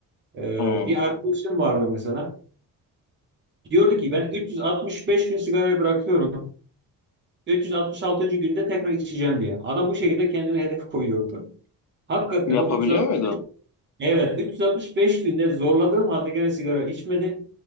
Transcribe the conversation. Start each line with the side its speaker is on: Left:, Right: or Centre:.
Right: Ee,
Left: hı.
Right: bir arkadaşım vardı mesela. Diyordu ki ben 365 gün sigarayı bırakıyorum. 366. günde tekrar içeceğim diye. Adam bu şekilde kendine hedef koyuyordu. Hakikaten
Left: Yapabiliyor
Right: o 360,
Left: muydu?
Right: evet 365 günde zorladığım halde gene sigara içmedi.